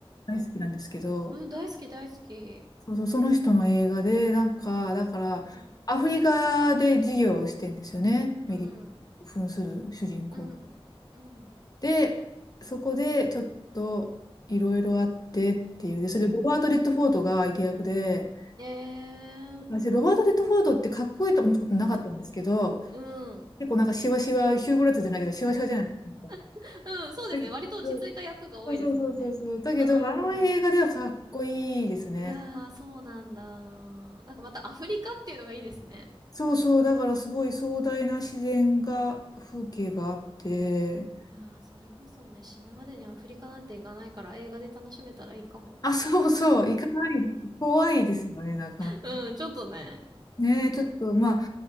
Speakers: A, on the left; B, on the right.
A: 大好きなんですけど、
B: うん、大好き大好き。
A: そうそう、その人の映画で、なんか、だから、
B: うん、
A: アフリカで事業をしてんですよね。
B: うん、
A: メディア扮する主人公。
B: うん、うん、
A: で、そこでちょっといろいろあってっていう。で、
B: うん。
A: それでロバート・レッドフォードが相手役で、
B: うん。えー、
A: 私、ロバート・レッドフォードってかっこいいと思ったことなかったんですけど、
B: か、うん。
A: 結構なんかシワシワ、ヒュー・グラッツじゃないけど、シワシワじゃないですか。
B: <laughs> うん、そうですね。
A: だけど
B: 割と落ち着いた役が多いですもんね。
A: そうそうそうそうそう。だけど、
B: うん。
A: あの映画ではかっこいいですね。
B: いやー、そうなんだ。なんかまたアフリカっていうのがいいですね。
A: そうそう、だからすごい壮大な自然が、風景があって、
B: いやー、それこそね、死ぬまでにアフリカなんて行かないから映画で楽しめたらいいかも。
A: あ、そうそう、行かない、<laughs> 怖いですよね、なかなか。
B: うん、ちょっとね。
A: ねえ、ちょっと、まあ、